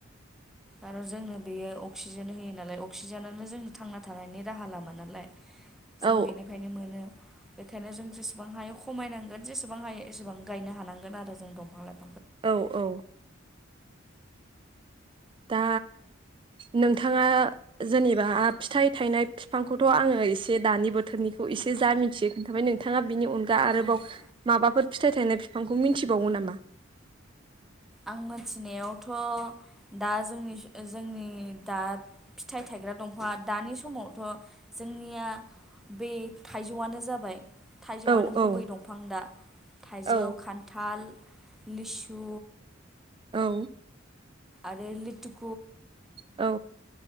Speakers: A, in the centre; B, on the right.
A: आरो जोंनो बेयो अक्सिजेन होयो नालाय अक्सिजेनानो जोंनि थांना थानायनि राहा लामा नालाय जों
B: औ
A: बेनिफायनो मोनो बेखायनो जों जेसेबां हायो खमायनांगोन जेसेबां हायो एसेबां गायनो हानांगोन आरो जों दंफां लाइफां
B: औ औ दा नों थाङा जेनेबा फिथाइ थाइनाय बिफांखौथ' आङो एसे दानि बोथोरनिखौ एसे जा मिन्थियो खोन्थाबाय नोंथाङा बिनि अन गा आरोबाव
A: आं
B: माबाफोर फिथाइ थायनाय बिफांखौ मिथिबावो नामा?
A: आं मिथिनायावथ' दा जोंनि-जोंनि दा फिथाइ थायग्रा दंफां दानि समावथ' जोंनिया बे थाइजौआनो जाबाय थाइजौआनो
B: औ औ
A: गुबै दंफां दा थाइजौ
B: औ
A: खान्थाल लिसु
B: औ
A: आरो लिथु
B: औ